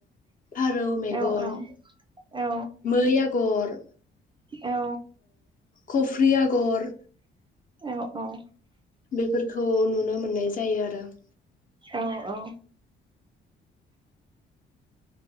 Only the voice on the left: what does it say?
आरो रौ मेगन
मै आगर
कफ्रि आगर
बेफोरखौ नुनो मोननाय जायो, आरो ।